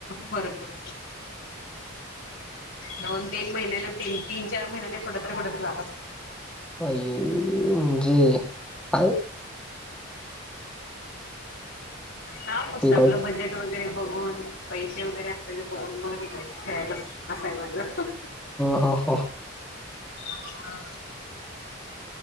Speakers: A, on the left; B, in the centre.
A: भरपूर. दोन तीन महिन्याना तीन तीन चार महिन्याने कठत र पुठत लाग.
B: आई म्हणजे आहेय.
A: हा फक्त
B: फिरायचं
A: आपलं बजेट वगैरे. ब पैसे वगैरे असले बन भाऊ घयच करायला असं आहे म्हटलं.
B: ह हा ह.
A: हा